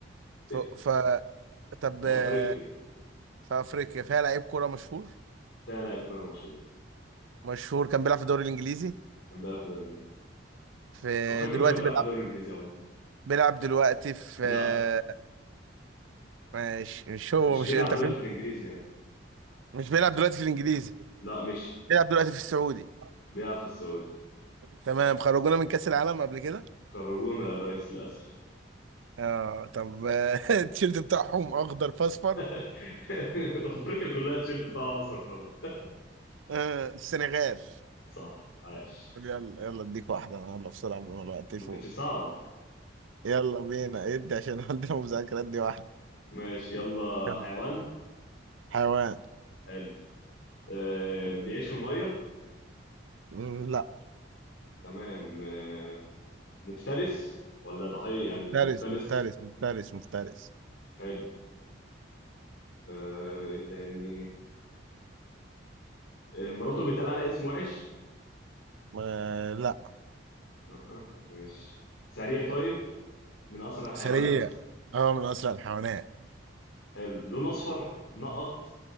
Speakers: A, on the left; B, on the right.
A: <laughs>
B: ف...
A: في
B: ف... طب
A: أفريقيا
B: آه، في افريقيا فيها لعيب كوره مشهور
A: فيها لاعب كرة مشهور
B: مشهور كان بيلعب في الدوري الانجليزي
A: كان بيلعب في الدوري الإنجليزي
B: في
A: أفريقيا
B: دلوقتي
A: كلها بتلعب
B: بيلعب
A: في الدوري الإنجليزي عموما
B: بيلعب دلوقتي في
A: لا
B: آه، مش مش هو
A: مش
B: مش
A: بيلعب
B: انت
A: دلوقتي
B: فهمت
A: في الإنجليزي يعني
B: مش بيلعب دلوقتي في الانجليزي
A: لا مشي
B: بيلعب دلوقتي في السعودي
A: بيلعب في السعودي
B: تمام خرجونا من كاس العالم قبل كده
A: خرجونا يا ريس للأسف
B: اه طب آه، <laughs> التيشيرت بتاعهم اخضر في اصفر
A: <laughs> أفريقيا كلها التيشيرت بتاع مصر فخد
B: آه، السنغال
A: صح عايش
B: يلا يلا اديك واحدة انا يلا بسرعة قبل ما الوقت يفوق
A: ما كانتش صعبة
B: يلا بينا ادي عشان <laughs> عندنا مذاكرات دي واحدة
A: ماشي يلا
B: يلا
A: حيوان
B: حيوان
A: حلو أه بيعيش في المية
B: مم، لا
A: تمام آه، مفترس ولا ضحية يعني
B: مفترس
A: مفترس
B: مفترس مفترس مفترس
A: حلو آه، ايه تاني آه، مراته بيتقال على اسم وحش
B: آه لا
A: لا ماشي سريع طيب من اسرع الحيوانات
B: سريع هو من أسرع الحيوانات
A: حلو لون اصفر نقط